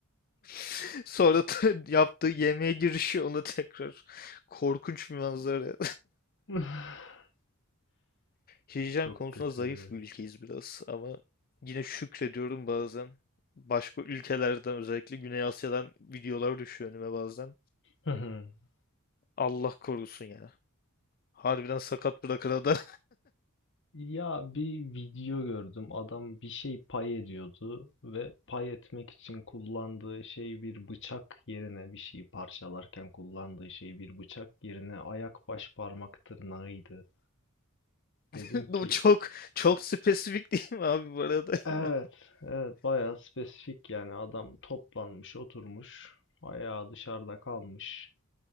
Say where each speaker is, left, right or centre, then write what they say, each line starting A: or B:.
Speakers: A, on the left; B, on the left.
A: <laughs> Sonra da yaptığı yemeğe girişiyor ona tekrar. Korkunç bir manzara.
B: <laughs>
A: Hijyen
B: Çok
A: konusunda
B: kötü.
A: zayıf bir ülkeyiz biraz ama yine şükrediyorum bazen. Başka ülkelerden özellikle Güney Asya'dan videolar düşüyor önüme bazen.
B: <laughs>
A: Allah korusun ya. Harbiden sakat bırakır adam.
B: Ya bir video gördüm. Adam bir şey pay ediyordu ve pay etmek için kullandığı şey bir bıçak yerine bir şeyi parçalarken kullandığı şey bir bıçak yerine ayak baş parmak tırnağıydı.
A: <laughs>
B: Dedim
A: Bu
B: ki
A: çok çok spesifik değil mi abi bu arada
B: evet
A: <laughs> ya?
B: evet bayağı spesifik yani adam toplanmış oturmuş ayağı dışarıda kalmış.